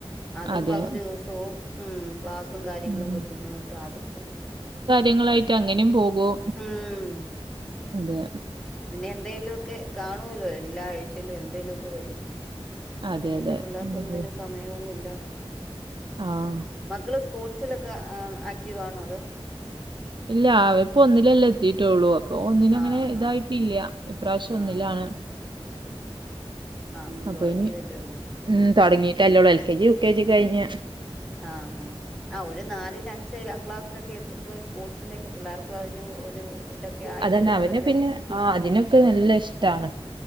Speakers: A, in the centre; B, on the right (about 50°).
A: അതും
B: അതെ
A: പകുതി ദിവസവും ഉം ക്ലാസ്സും കാര്യങ്ങളും
B: ഉം
A: വെക്കുന്നോണ്ട് അതും പോവും
B: ങ്ങളായിട്ട് അങ്ങനെയും പോകും
A: ഉം
B: അതെ
A: പിന്നെ എന്തേലുംഒക്കെ കാണൂല്ലേ എല്ലാ ആഴ്ചയിലും എന്തേലും ഒക്കെ വ മ്
B: അതെ
A: അപ്പൊ പിന്നെ
B: അതെ
A: പിള്ളേർക്ക്
B: എന്തെങ്കിലും
A: ഒന്നിനും സമയവും ഇല്ല
B: ആഹ്
A: മക്കള് സ്പോർട്സിലൊക്കെ ആക്റ്റീവ ആണോ അതോ
B: ഇല്ല അവപ്പോ ഒന്നിലല്ലാം എത്തിട്ടേള്ളൂ ഇപ്പൊ ഒന്നിനും അങ്ങനെ
A: ആ ഹാ
B: ഇതായിട്ടില്ല ഇപ്രാവശ്യം
A: ആ
B: ഒന്നിലാണ്
A: ഹാ ആ അപ്പം
B: അപ്പൊ
A: തുടങ്ങിയതല്ലേ
B: ഇനി
A: ഉള്ളൂ
B: ഉം തുടങ്ങിട്ടല്ലേള്ളൂ L K G U K G കഴിഞ്ഞ
A: ആ ആഹ ആ ഒരു നാലില് അഞ്ച് ക്ലാസ് ഒക്കെ എത്തുമ്പോൾ സ്പോർട്സിൻ്റെ ഒക്കെ പിള്ളേർക്കും അതിന് ഒരു ഇതൊക്കെ ആയി
B: അതന്നെ
A: വരുമ്പോളല്ലേ
B: അവന് പിന്നെ ആ അതിനൊക്കെ നല്ല ഇഷ്ടമാണ്